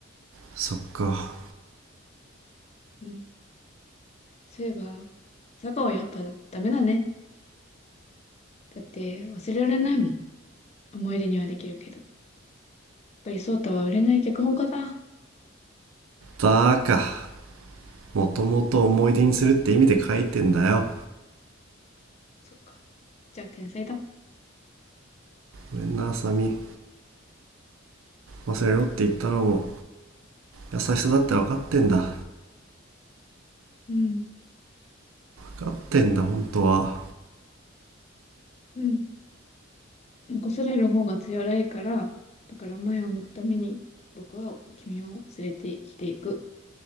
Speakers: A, on the right; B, on the left.
A: そっか
B: うん。そういえば、坂はやっぱダメだね。だって忘れられないもん。思い出にはできるけど。やっぱり翔太は売れない脚本家だ。
A: バーカもともと思い出にするって意味で書いてんだよ
B: そっか。じゃあ天才だ。
A: ごめんなあさみ忘れろって言ったのも優しさだって分かってんだ
B: うん。
A: 分かってんだ本当は
B: うん。残される方が辛いから、だから前を向くために、僕は君を連れて生きていく。